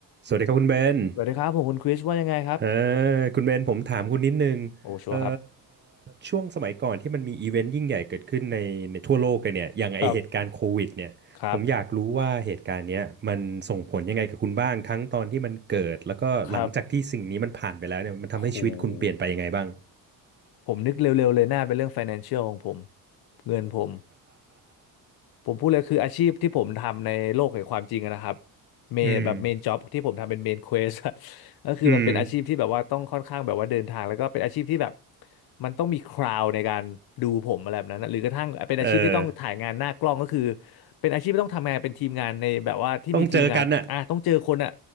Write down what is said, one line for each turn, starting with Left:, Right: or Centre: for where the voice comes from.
Right: สวัสดีครับคุณเบน
Left: สวัสดีครับผมคุณคริสว่ายังไงครับ
Right: เออคุณเบนผมถามคุณนิดนึงเอ่อ
Left: โอ้ชัวร์ครับ
Right: ช่วงสมัยก่อนที่มันมีอีเวนต์ยิ่งใหญ่เกิดขึ้นในในทั่วโลกเลยเนี่ยอย่างไอเหตุการณ์โควิดเนี่ยผมอยากรู้ว่าเหตุการณ์เนี้ยมันส่งผลยังไงกับคุณบ้าง
Left: ครับครับ
Right: ทั้งตอนที่มันเกิด แล้วก็หลังจากที่สิ่งนี้มันผ่านไปแล้วเนี่ยมันทำให้ชีวิตคุณเปลี่ยนไปยังไงบ้าง
Left: ครับโหผมนึกเร็วๆเลยน่าเป็นเรื่อง financial ของผมเงินผม ผมพูดเลยคืออาชีพที่ผมทำในโลกแห่งความจริงอะนะครับ
Right: <laughs>
Left: เมนแบบเมนจ็อบที่ผมทำเป็นเมนเควส
Right: อืม
Left: <laughs> ก็คือมันเป็นอาชีพที่แบบว่าต้องค่อนข้างแบบว่าเดินทางแล้วก็เป็นอาชีพที่แบบ
Right: อืม
Left: มันต้องมีคราวในการดูผมอะไรแบบนั้นนะหรือกระทั่งเป็นอาชีพที่ต้องถ่ายงานหน้ากล้องก็คือ
Right: เออ
Left: เป็นอาชีพที่ต้องทำงานเป็นทีมงานในแบบว่าที่มีทีมงานอ่ะต้องเจอคนอะ
Right: ต้องเจอกันน่ะ